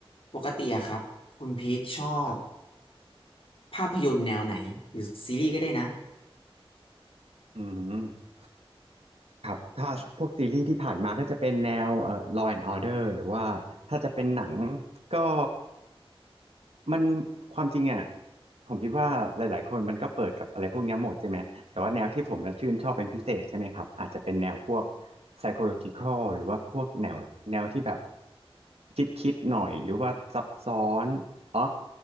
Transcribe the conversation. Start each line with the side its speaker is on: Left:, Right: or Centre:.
Left: ปกติอะครับคุณพีคชอบ
Right: ครับ
Left: ภาพยนตร์แนวไหนหรือซีรีส์ก็ได้นะ
Right: อืมครับถ้าพวกซีรีส์ที่ผ่านมาก็จะเป็นแนวเอ่อ Law and Order หรือว่าถ้าจะเป็นหนังก็ มันความจริงอ่ะผมคิดว่าหลายๆคนมันก็เปิดกับอะไรพวกเนี้ยหมดใช่ไหมแต่ว่าแนวที่ผมจะชื่นชอบเป็นพิเศษใช่ไหมครับอาจจะเป็นแนวพวก psychological หรือว่าพวกแนวแนวที่แบบคิดคิดหน่อยหรือว่าซับซ้อนอ๋อ